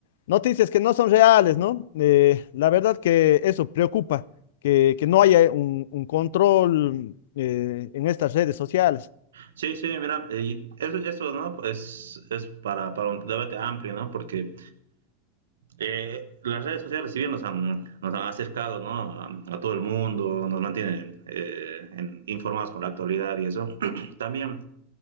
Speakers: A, on the left; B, on the right.
A: noticias que no son reales, ¿no? Eh, la verdad que eso preocupa, que, que no haya un, un control eh, en estas redes sociales.
B: Sí, sí, mira, eh, y eso, eso, ¿no? Pues es para, para un debate amplio, ¿no? Porque Eh, las redes sociales, si bien nos han, nos han acercado ¿no? a, a todo el mundo, nos mantienen eh, en- informados con la actualidad y eso, <clears throat> también,